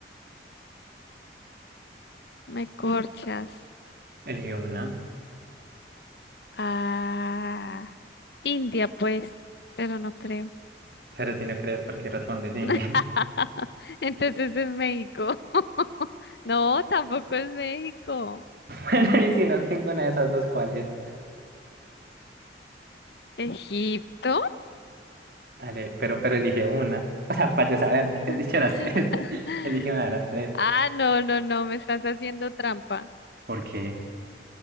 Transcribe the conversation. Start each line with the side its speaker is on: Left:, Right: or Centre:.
Left: Me corchas.
Right: Elige una.
Left: Ah. India, pues, pero no creo.
Right: Pero si no crees, ¿por qué respondes India?
Left: <laughs> Entonces es México. <laughs> No, tampoco es México.
Right: Bueno, y si no es ninguna de esas dos, ¿cuáles?
Left: ¿Egipto?
Right: Dale, pero, pero elige una. <laughs> O sea, para yo saber, porque has dicho
Left: <laughs>
Right: las tres. <laughs> Elige una de las tres.
Left: Ah, no, no, no, me estás haciendo trampa.
Right: Porque